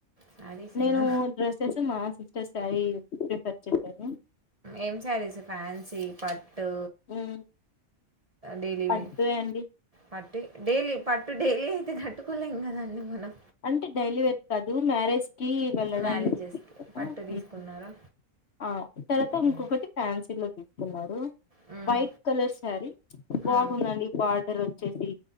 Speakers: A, on the right; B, on the left.
A: శారీసేనా
B: నేను డ్రెస్సెస్ మా సిస్టర్ శారీ ప్రిఫర్ చేశారు
A: ఏం సారీస్ ఫ్యాన్సీ పట్టు
B: హ్మ్
A: డైలీ
B: పట్టు
A: వే
B: యే అండి
A: పట్టు డైలీ పట్టు డైలీ అయితే కట్టుకోలేం కదండి మనం
B: అంటే డైలీ వేర్ కాదు మ్యారేజ్ కి వెళ్ళడానికి
A: మ్యారేజెస్
B: తీసుకున్నా.
A: కి పట్టు
B: హ్మ్.
A: తీసుకున్నారా
B: ఆ తర్వాత
A: మ్మ్
B: ఇంకొకటి ఫ్యాన్సీలో తీసుకున్నారు
A: మ్మ్
B: వైట్ కలర్ శారీ బాగుందండి
A: మ్మ్
B: బార్డర్ వచ్చేసి